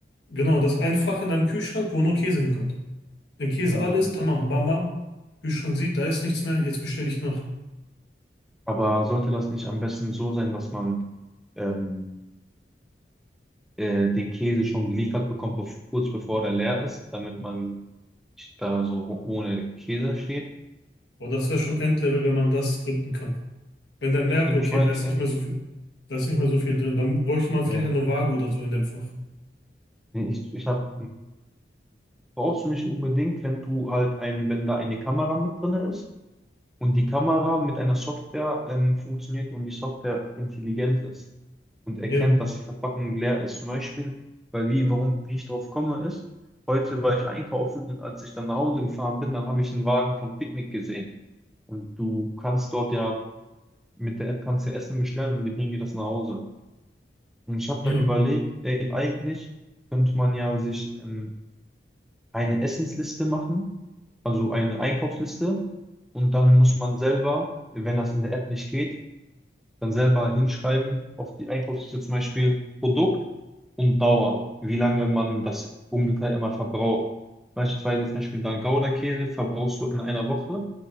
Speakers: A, on the left; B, in the centre.
A: genau, das ein Fach in deinem Kühlschrank, wo nur Käse hinkommt. Wenn Käse
B: Hm.
A: alles, ist, tamam, bam, bam. Kühlschrank sieht, da ist nichts mehr, jetzt bestelle ich nach.
B: Aber sollte das nicht am besten so sein, dass man ähm, äh, den Käse schon geliefert bekommt, bev- kurz bevor der leer ist, damit man nicht da so ohne Käse steht?
A: Boah, das wäre schon Endlevel, wenn man das skripten kann. Wenn der merkt,
B: Ich habe nämlich
A: okay,
B: heute,
A: da ist nicht mehr so viel, da ist nicht mehr so viel drin, dann bräuchte man vielleicht
B: ja,
A: eine Waage oder so in dem Fach.
B: Nee, Ich, ich habe, brauchst du nicht unbedingt, wenn du halt ein, wenn da eine Kamera mit drin ist und die Kamera mit einer Software ähm, funktioniert und die Software intelligent ist und erkennt,
A: Ja,
B: dass die Verpackung leer ist. Zum Beispiel, weil wie, warum, wie ich drauf komme, ist, heute war ich einkaufen und als ich dann nach Hause gefahren bin, dann habe ich einen Wagen von Picknick gesehen. Und du kannst dort ja mit der App kannst du Essen bestellen und die bringen dir das nach Hause. Und ich habe
A: ja,
B: dann überlegt, ey, eigentlich könnte man ja sich, ähm, eine Essensliste machen, also eine Einkaufsliste. Und dann muss man selber, wenn das in der App nicht geht, dann selber hinschreiben auf die Einkaufsliste zum Beispiel Produkt und Dauer, wie lange man das ungefähr immer verbraucht. Beispielsweise zum Beispiel dann Gouda-Käse verbrauchst du in einer Woche